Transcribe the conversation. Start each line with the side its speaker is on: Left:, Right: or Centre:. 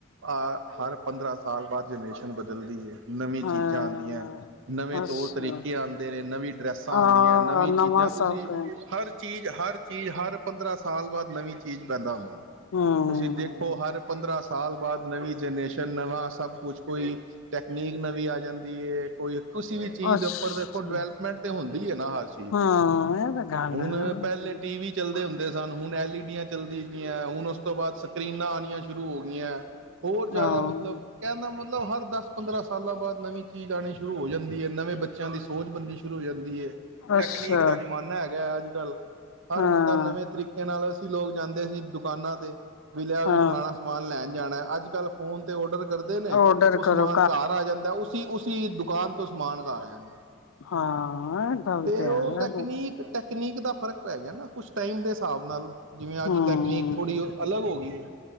Right: ਆ ਹਰ ਪੰਦਰਾਂ ਸਾਲ ਬਾਅਦ ਜਨਰੇਸ਼ਨ ਬਦਲਦੀ ਹੈ ਨਵੀਂ
Left: ਹਾਂ।
Right: ਚੀਜ਼ਾਂ ਆਉਂਦੀਆਂ ਨਵੇਂ
Left: ਅੱਛਾ
Right: ਤੌਰ ਤਰੀਕੇ ਆਉਂਦੇ ਨੇ ਨਵੀਂ ਡਰੈਸਾਂ
Left: ਹਾਂ
Right: ਆਉਂਦੀਆਂ ਨਵੀਂ
Left: ਨਵਾਂ
Right: ਚੀਜ਼ਾਂ ਤੁਸੀਂ
Left: ਸਭ
Right: ਹਰ ਚੀਜ਼ ਹਰ ਚੀਜ਼ ਹਰ ਪੰਦਰਾਂ ਸਾਲ ਬਾਅਦ ਨਵੀਂ ਚੀਜ਼ ਪੈਂਦਾ ਹੁੰਦੀ
Left: ਹੂੰ
Right: ਤੁਸੀਂ ਦੇਖੋ ਹਰ ਪੰਦਰਾਂ ਸ ਸਾਲ ਬਾਅਦ ਨਵੀਂ ਜਨਰੇਸ਼ਨ ਨਵਾਂ ਸਭ ਕੁਛ ਕੋਈ ਟੈਕਨੀਕ ਨਵੀਂ ਆ ਜਾਂਦੀ ਹੈ ਕੋਈ ਕਿਸਸੀ ਵੀ ਚੀਜ਼
Left: ਅੱਛਾ
Right: ਦੇ ਉੱਪਰ ਦੇਖੋ ਡਿਵੈਲਪਮੈਂਟ ਤੇ ਹੁੰਦੀ ਹੈ ਹਰ ਚੀਜ਼
Left: ਹਾਂ
Right: ਦੀ
Left: ਇਹ ਤਾਂ ਗੱਲ
Right: ਹੁਣ
Left: ਹੈ ਹੂੰ
Right: ਪਹਿਲੇ ਟੀ ਵੀ ਚੱਲਦੇ ਹੁੰਦੇ ਸਨ ਹੁਣ ਐਲਈ ਡੀਆਂ ਚੱਲਦੀ ਪਈਆਂ ਹੁਣ ਉਸ ਤੋਂ ਬਾਅਦ ਸਕਰੀਨਾਂ ਆਉਣੀਆਂ ਸ਼ੁਰੂ ਹੋ ਗਈਆਂ ਹੋਰ ਜ਼ਿਆਦਾ
Left: ਹਾਂ
Right: ਮਤਲਬ ਕਹਿੰਦਾ ਮਤਲਬ ਹਰ ਦਸ ਪੰਦਰਾਂ ਸਾਲਾਂ ਬਾਅਦ ਨਵੀਂ ਚੀਜ਼ ਆਉਣੀ ਸ਼ੁਰੂ ਹੋ ਜਾਂਦੀ ਹੈ ਨਵੇਂ ਬੱਚਿਆਂ ਦੀ ਸੋਚ ਬਣਨੀ ਸ਼ੁਰੂ ਹੋ ਜਾਂਦੀ ਹੈ ਟੈਕਨੀਕ
Left: ਅੱਛਾ
Right: ਦਾ ਜ਼ਮਾਨਾ ਹੈਗਾ ਅੱਜ ਬ ਗਲ ਹਰ
Left: ਹਾਂ
Right: ਬੰਦਾ ਨਵੇਂ ਤਰੀਕੇ ਨਾਲ ਲੋਕ ਜਾਂਦੇ ਦੇ ਸੀ ਦੁਕਾਨਾਂ ਤੇ ਵੀ ਲਿਆ
Left: ਹਾਂ
Right: ਫਲਾਣਾ ਲੈਣ ਜਾਣਾ ਅੱਜ ਕੱਲ੍ਹ ਫੋਨ ਤੇ ਔਡਰ ਕਰਦੇ ਨੇ
Left: ਔਡਰ
Right: ਉਹ ਸਮਾਨ
Left: ਕਰੋ
Right: ਘਰ ਆ ਜਾਂਦਾ ਸੀ ਉਸ ਤੁਸੀਂ ਦੁਕਾਨ ਤੋਂ ਸਮਾਨ ਉਗਾ ਲੈਂਦੇ
Left: ਹਾਂ ਇਹ ਗੱਲ
Right: ਤੇ ਉਹ
Left: ਹੈ
Right: ਟੈਕਨੀਕ ਟੈਕਨੀਕ ਦਾ ਫਰਕ ਪੈ ਗਿਆ ਨਾ ਕੁਛ ਟਾਈਮ ਦੇ ਹਿਸਾਬ ਨਾਲ ਜਿਵੇਂ ਅੱਜ
Left: ਹੂੰ
Right: ਟੈਕਨੀਕ ਥੋੜ੍ਹੀ ਅਲੱ ਹੋ ਗਈ ਹੈ